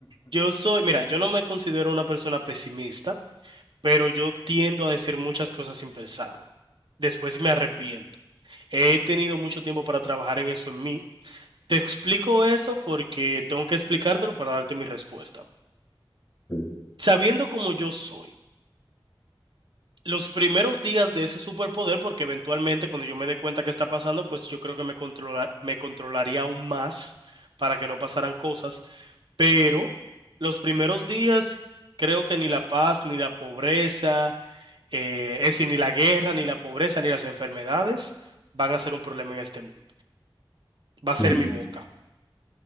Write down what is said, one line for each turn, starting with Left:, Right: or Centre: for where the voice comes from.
Right: Yo soy, mira, yo no me considero una persona pesimista, pero yo tiendo a decir muchas cosas sin pensarlo. Después me arrepiento. He tenido mucho tiempo para trabajar en eso en mí. Te explico eso porque tengo que explicártelo para darte mi respuesta.
Left: Sí,
Right: Sabiendo cómo yo soy. los primeros días de ese superpoder, porque eventualmente cuando yo me dé cuenta qué está pasando, pues yo creo que me controla- me controlaría aún más para que no pasaran cosas. Pero los primeros días, creo que ni la paz, ni la pobreza, eh, es decir, ni la guerra, ni la pobreza, ni las enfermedades van a ser un problema en este mundo. Va a
Left: sí.
Right: ser
Left: sí.
Right: mi boca.